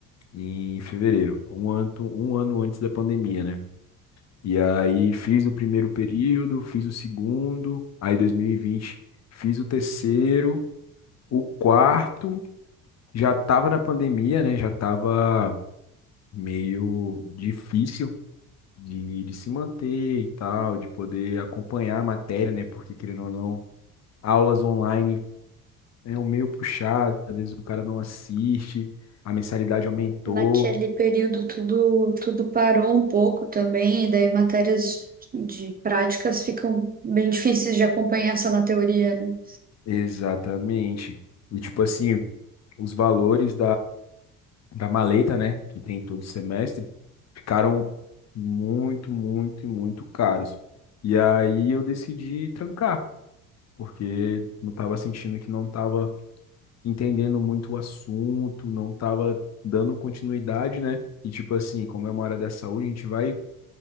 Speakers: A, on the left (about 35°); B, on the right (about 20°).
A: em fevereiro, um ano, um ano antes da pandemia, né? E aí fiz o primeiro período, fiz o segundo, aí 2020 Fiz o terceiro o quarto já estava na pandemia, né? Já estava meio difícil de, de se manter e tal, de poder acompanhar a matéria, né? Porque, querendo ou não, aulas online é um meio puxado, às vezes o cara não assiste, a mensalidade aumentou.
B: Naquele período tudo tudo parou um pouco também, e daí matérias de práticas ficam bem difíceis de acompanhar só na teoria, né?
A: Exatamente. E, tipo assim, os valores da maleta, né, que tem todo semestre, ficaram muito, muito, muito caros. E aí eu decidi trancar, porque não estava sentindo que não estava entendendo muito o assunto, não estava dando continuidade, né? E tipo assim, como é uma área da saúde, a gente vai